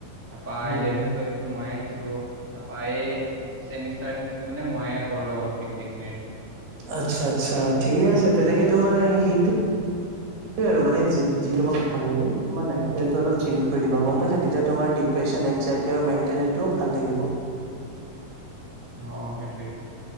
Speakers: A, in the centre; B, on the right (about 80°).
A: তাৰপা
B: উম
A: ইলেভেন টোৱেলফৰ পৰা মইয়ে আকিলো, তাৰপায়ে চেমিষ্টাৰ খিনিতো মানে মইয়ে কৰো আৰু লগৰখিনি গোটেইখিনিৰ।
B: আচ্ছা, আচ্ছা। ঠিকে আছে তেনেকে তোমাৰ সেইটো সেইটোৱে আৰু মানে যি, যি তোমাক ভাল লাগে। তোমাৰ লাইফষ্টাইলটো অলপ চেঞ্জ কৰি তোমাৰ লাইফ ষ্টাইলটো চেজজ কৰি দিবা, গম
A: উম
B: পাইছা। তেতিয়া তোমাৰ ডিপ্ৰেচন এনজাইটি আৰু মেণ্টেলহেল্থটিও ভাল থাকিব।
A: অ' অ' সেইটোয়ে।